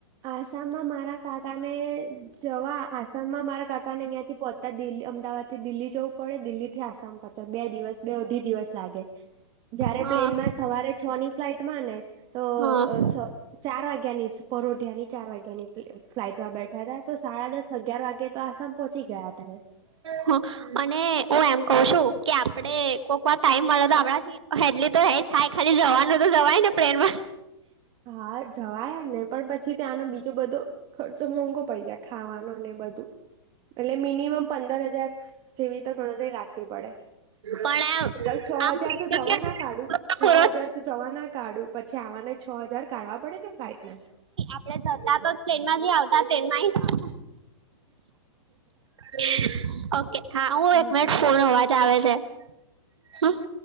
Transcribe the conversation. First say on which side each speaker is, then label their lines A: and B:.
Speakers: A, on the right; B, on the right.
A: આસામમાં મારા કાકાને જવા આસામમાં મારા કાકાને અહિયાંથી પોચ ત દિલ અમદાવાદથી દિલ્હી જવું પડે, દિલ્હીથી આસામ પચે બે દિવસ બે અઢી દિવસ લાગે. જયારે
B: હા
A: પ્લેનમાં સવારે છ ની ફ્લાઇટમાં ને તો
B: હા હા
A: અ સ ચાર વાગ્યાની પરોઢિયાની ચાર વાગ્યાની ફ્લાઇટમાં બેઠાતા તો સાડા દસ. અગિયાર વાગે તો આસામ પહોંચી ગયાતા એ.
B: હહ અને હું એમ કઉં સુ કે આપડે કોકવાર ટાઈમ મલે તો આપણાથી એટલી તો હે થાય ખાલી જવાનું તો જવાય ને પ્રેનમાં.
A: હા જવાય ને પણ પછી ત્યાં આનો બીજો બધો ખર્ચો મોંઘો પડી જાય. ખાવાનું ને એ બધું. એટલે મિનિમમ પંદર હજાર જેવી તો ગણતરી રાખવી પડે.
B: પણ
A: ચલ છ
B: આમ
A: હજાર તો જવાના
B: આમ
A: કાઢું, છ
B: પૂરો
A: હજાર તો જવાના કાઢું પછે આવાને છ હજાર કાઢવા પડે કે ફ્લાઇટના?
B: આપણે જતા તો ટ્રેનમાંથી આવતા ટ્રેનમાંહી આ હહ ઓકે હા હું એક
A: એ
B: મિનિટ ફોન <unintelligible> ચાવે છે. હ
A: હા.